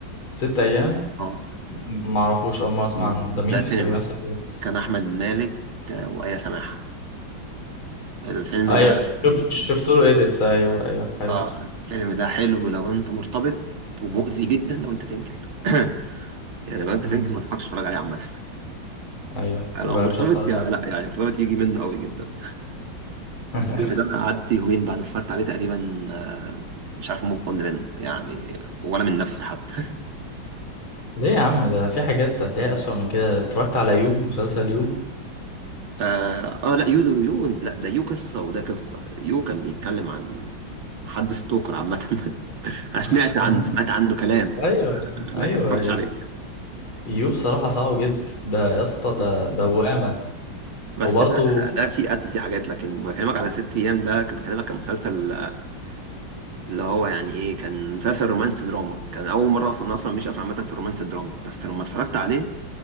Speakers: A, on the left (about 85°); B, on the right (about 85°).
A: ست ايام
B: أه
A: م- معرفوش اول مره اسمع
B: مم.
A: عن ده مين
B: ده سينما
A: اللي بيمثل فيه
B: كان أحمد مالك آه، وآية سماحة الفيلم
A: ايوه
B: ده يعني
A: شفت شفت له ايديتس ايوه ايوه عرفته
B: اه الفيلم ده حلو لو انت مرتبط ومؤذي جدا لو انت سنجل <coughs> <clears throat> يعني لو انت
A: مم.
B: سنجل ما تضحكش تتفرج عليه عامة
A: ايوه
B: لو
A: يبقى
B: مرتبط
A: مش هتفرج
B: يا
A: عليه
B: لا يعني مرتبط يجي منه قوي جدا
A: <laughs>
B: الفيلم ده انا قعدت يومين بعد ما اتفرجت عليه تقريبا آه، مش عارف مطمن منه يعني ولا من نفسي حتى
A: ليه يا عم ده في حاجات هتلاقيها اسوأ من كده اتفرجت على يو مسلسل يو
B: اه آه، لا يو ده يو لا ده يو قصة وده قصة يو كان بيتكلم عن حد ستوكر عامة <laughs> انا سمعت
A: <laughs>
B: عنه سمعت عنه كلام
A: ايوه
B: آه، لكن
A: ايوه
B: ما اتفرجتش عليه
A: يو بصراحة صعب جدا ده يا اسطى ده
B: مم.
A: دوامة
B: بس
A: وبرضه
B: ده ده في قتل في حاجات لكن بكلمك على ست ايام ده كان بكلمك كان مسلسل آه، اللي هو يعني ايه كان مسلسل رومانسي دراما كان اول مره اصلا أنا اصلا مش اصلا عامه في الرومانسي دراما بس لما اتفرجت عليه